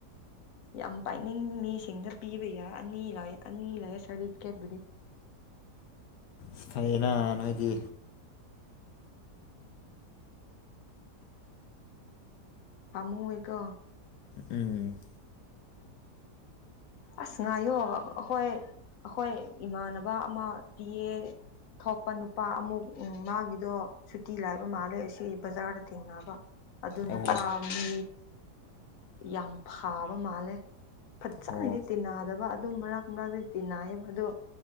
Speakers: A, on the left (about 55°); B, on the left (about 80°).
A: ꯌꯥꯝ ꯄꯥꯏꯅꯤꯡ ꯃꯤꯁꯤꯡꯗ ꯄꯤꯕ ꯌꯥ ꯑꯅꯤ ꯂꯥꯏꯌꯦ ꯑꯅꯤ ꯂꯩꯌꯦ ꯁꯥꯔꯇꯤꯐꯤꯀꯦꯠꯕꯨꯨꯗꯤ
B: ꯁꯐꯥꯏꯌꯦꯅ ꯅꯣꯏꯗꯤ
A: ꯄꯥꯝꯃꯨꯋꯦꯀꯣ
B: ꯎꯝ
A: ꯑꯁ ꯉꯥꯏꯌꯣ ꯑꯍꯣꯏ ꯑꯈꯣꯏ ꯏꯃꯥꯟꯅꯕ ꯑꯃꯥ ꯄꯤꯌꯦ ꯊꯣꯛ ꯄꯥ ꯅꯨꯄꯥ ꯑꯃꯨꯛ ꯎꯝ ꯃꯥꯒꯤꯗꯣ ꯁꯨꯇꯤ ꯂꯥꯏꯕ ꯃꯥꯜꯂꯦ ꯑꯁꯤ ꯕꯖꯥꯔꯗ ꯊꯦꯡꯅꯕ ꯑꯗꯨ
B: ꯑꯣ
A: ꯅꯨꯄꯥ ꯃꯤ ꯌꯥꯝ ꯐꯥꯕ ꯃꯥꯜꯂꯦ ꯐꯠꯖꯥꯅꯗꯤ
B: ꯑꯣ
A: ꯇꯤꯟꯅꯗꯕ ꯑꯗꯨꯝ ꯃꯥꯔꯛ ꯃꯔꯛꯇꯤ ꯇꯤꯟꯅꯌꯦ ꯑꯗꯣ